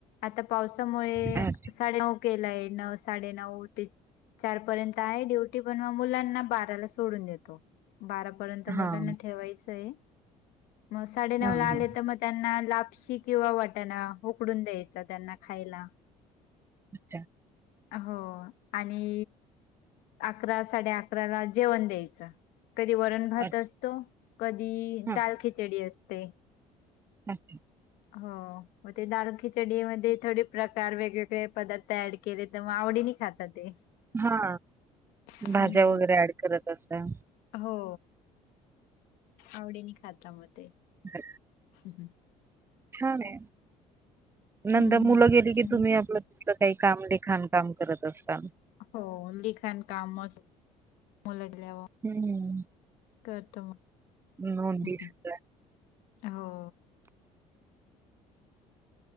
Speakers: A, on the left; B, on the right.
A: आता पावसामुळे
B: अच्छा
A: साडे नऊ केलाय, नऊ साडेनऊ ते चार पर्यंत आहे ड्युटी पण मग मुलांना बाराला सोडून देत. बारा पर्यंत
B: हां,
A: मुलांना ठेवायचं आहे. मग साडे
B: हां,
A: नऊ ला
B: हां,
A: आले तर म त्यांना लापशी किंवा वाटणा उकडून द्यायचा त्यांना खायला.
B: अच्छा!
A: हो आणि अकरा साडे अकरा ला जेवण द्यायचं, कधी वरण भात
B: अच्छा,
A: असतो. कधी
B: हां,
A: दाल खिचडी असते.
B: अच्छा!
A: हो. मग दाल खिचडी मध्ये थोडे प्रकार, वेगवेगळे पदार्थ ऍड केले तर मग आवडीने खात ते
B: हा,
A: हम्म
B: भाज्या वगैरे ऍड करत असा
A: हो. आवडीन खाता म ते.
B: ह
A: हम् हम
B: छानए.
A: हम्म
B: नंतर मुलं गेली
A: छान
B: की तुम्ही आपलं- काही काम लिखाण काम करत असता.
A: हो. लिखाण कामच. मुल गल्यावर.
B: हम्म.
A: करतो
B: नोंदी
A: म.
B: सगळ्या
A: हो.